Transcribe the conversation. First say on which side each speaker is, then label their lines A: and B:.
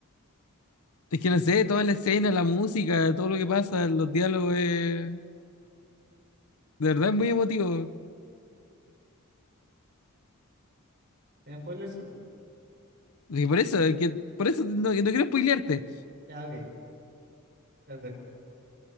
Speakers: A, on the left; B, on the right.
A: es que no sé, toda la escena, la música, todo lo que pasa, los diálogos, eh, de verdad es muy emotivo.
B: ¿Tiene spoilers? Sí.
A: Y por eso, es que, por eso no, no quiero spoilearte.
B: Ya, ok, perfecto.